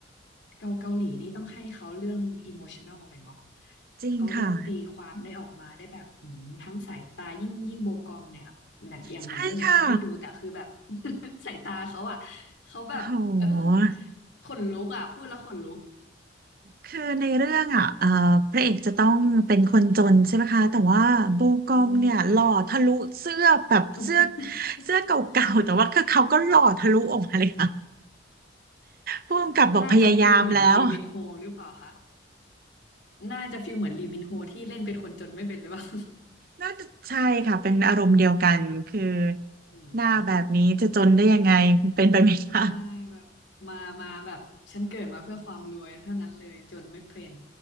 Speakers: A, on the left; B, on the right.
A: เกาเกาหลีนี่ต้องให้เขาเรื่องอิโมชัน a ลเลยเนาะ
B: จริงค่ะ
A: เขาได้ตีความได้ออกมาได้แบบอืมทั้งสายตายิ่งยิ่งโบกอมเนี่ยหนังอย่างหนังเรื่องนี้ออมไม่ได้ดูแต่คือแบบ
B: ใช่ค่ะ
A: <laughs> สายตาเขาอ่ะเขาแบบเออ
B: โอ้โห
A: ขนลุกอ่ะพูดแล้วขนลุก
B: คือในเรื่องอ่ะเอ่อพระเอกจะต้องเป็นคนจนใช่ไหมคะแต่ว่าโบกอมเนี่ยหล่อทะลุเสื้อแบบเสื้อ
A: อืมค่ะ <laughs>
B: เสื้อเก่าๆแต่ว่าคือเขาก็หล่อทะลุออกมาเลยค่ะผู้กำกับบอกพยายามแล้ว
A: น่าจะฟิลเหมือนลีเมนโฮหรือเปล่าคะน่าจะฟิลเหมือนลีมินโฮที่เล่นเป็นคนจนไม่เป็นหรือเปล่า
B: น่าจะใช่ค่ะเป็นอารมณ์เดียวกันคือ
A: <laughs> อื
B: หน้าแบบนี้จะจนได้ยังไงเป็นไปไม่ได้
A: ม ใช่แบบมามาแบบฉันเกิดมาเพื่อความรวยเท่านั้นเลยจนไม่เป็น